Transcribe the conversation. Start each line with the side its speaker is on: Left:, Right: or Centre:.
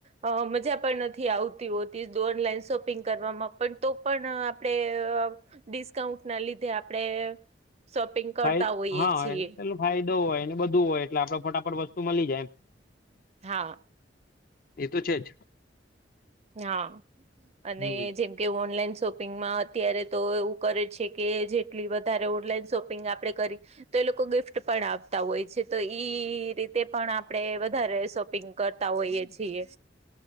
Right: અ મજા પણ નથી આવતી હોતી જો ઓનલાઈન શોપિંગ કરવામાં પણ તો પણ આપણે... ડિસ્કાઉન્ટ ના લીધે આપણેે શોપિંગ કરતા
Left: ફાય
Right: હોઈએ
Left: હા
Right: છીએ.
Left: એટલે ફાયદો હોય ને બધું હોય એટલે આપડે ફટાફટ વસ્તુ મળી જાય એમ.
Right: હા.
Left: એ તો છે જ.
Right: હા, અને
Left: હમ
Right: જેમ કે ઓનલાઈન શોપિંગમાં અત્યારે તો એવું કરે છે કે જેટલી વધારે ઓનલાઈન શોપિંગ આપણે કરી... તો એ લોકો ગિફ્ટ પણ આપતા હોય છે. તો ઈ રીતે પણ આપણે વધારે શોપિંગ... કરતા હોઈએ છીએ.